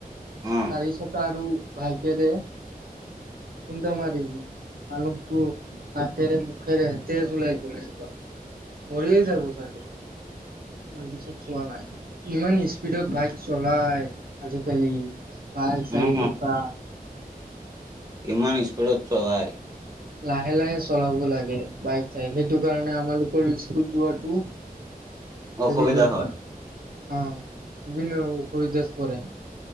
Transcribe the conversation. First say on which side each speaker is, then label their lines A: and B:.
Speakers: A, on the right; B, on the right.
A: অ
B: চাৰি চকা আৰু বাইকেৰে খুন্দা মাৰিল। মানুহটো নাকেৰে মুখেৰে তেজ ওলাই গ'ল একদম। মৰিয়ে যাব চাগে। মই পিছত চোৱা নাই ইমান স্পীডত বাইক চলাই আজিকালি। বাইক চাৰি
A: উম
B: চকা।
A: কিমান স্পীডত চলায়।
B: লাহে লাহে চলাব লাগে, বাইক চাইক সেইটো কাৰণে আমালোকৰ স্কুল যোৱাটো
A: অসুবিধা
B: দেৰি হৈ
A: হয়
B: পৰে অ', বিভিন্ন অসুবিধাত পৰে।